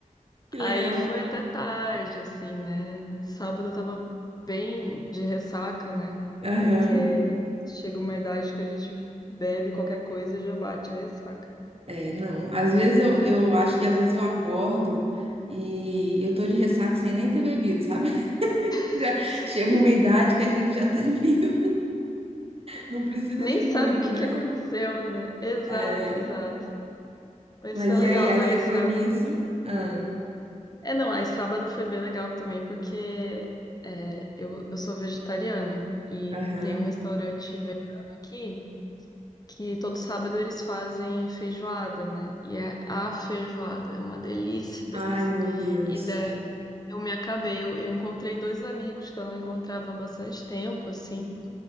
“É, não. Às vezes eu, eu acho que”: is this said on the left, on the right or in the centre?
Right